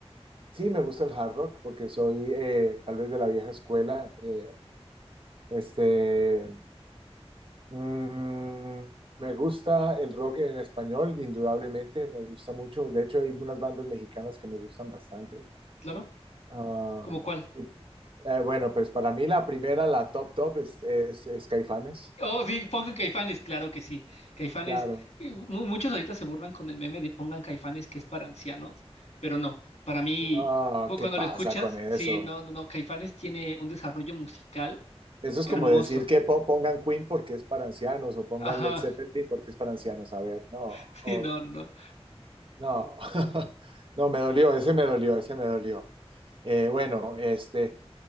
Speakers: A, on the right (about 55°); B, on the left (about 85°).
A: sí me gusta el hard rock porque soy eh, tal vez de la vieja escuela. eh, este, mm, me gusta el rock en español, indudablemente, me gusta mucho. De hecho, hay unas bandas mexicanas que me gustan bastante.
B: ¿Claro?
A: Ah,
B: ¿Cómo cuál?
A: y Eh, bueno, pues para mí la primera, la top top, es, es, es Caifanes.
B: Oh, sí, pongan Caifanes, claro que sí. Caifanes,
A: Claro.
B: eh, mu- muchos ahorita se burlan con el meme de pongan Caifanes que es para ancianos, pero no, para mí,
A: No,
B: cu-
A: ¿qué
B: cuando
A: pasa
B: lo escuchas,
A: con eso?
B: sí, no, no, no, Caifanes tiene un desarrollo musical
A: Eso es
B: hermoso.
A: como decir que po- pongan Queen porque es para ancianos o pongan
B: Ajá,
A: Led Zeppelin porque es para ancianos. A ver, no,
B: <laughs> sí,
A: o-
B: no, no, no.
A: no, <laughs> no, me dolió, ese me dolió, ese me dolió. Eh, bueno, este,